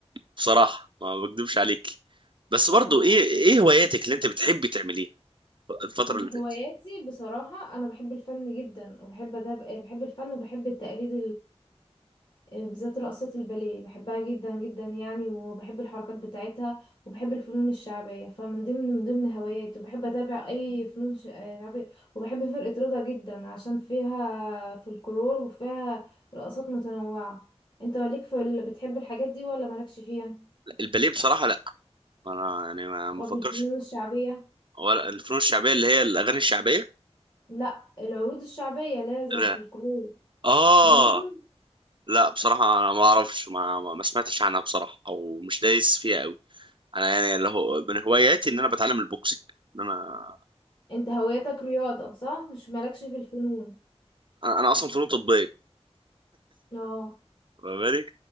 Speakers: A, on the right; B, on the left.
A: بصراحه ما بكدبش عليك بس برضو
B: اه
A: ايه ايه هواياتك اللي انت بتحبي تعمليها الفتره
B: بهواياتي
A: اللي فاتت
B: بصراحه انا بحب الفن جدا وبحب ده بحب الفن وبحب التقليد آه، بالذات رقصات الباليه بحبها جدا جدا يعني وبحب الحركات بتاعتها وبحب الفنون الشعبيه فمن ضمن من ضمن هواياتي وبحب اتابع اي فنون ش- آه، شعبيه وبحب فرقه رضا جدا عشان فيها فلكلور وفيها رقصات متنوعه انت مالك في ال... بتحب الحاجات دي ولا مالكش فيها
A: الباليه بصراحه لا انا يعني ما ما
B: طب
A: بفكرش
B: الفنون الشعبيه
A: ولا الفنون الشعبيه اللي هي الاغاني الشعبيه
B: لا العروض الشعبيه لا زي
A: لا
B: الفلكلور
A: اه
B: برضه
A: لا بصراحه انا ما اعرفش ما ما ما سمعتش عنها بصراحه او مش دايس فيها قوي انا يعني اللي هو من هواياتي ان انا بتعلم البوكسنج ان انا
B: انت هوايتك رياضه صح مش مالكش في الفنون
A: انا انا اصلا فنون تطبيقيه
B: اه
A: فاهماني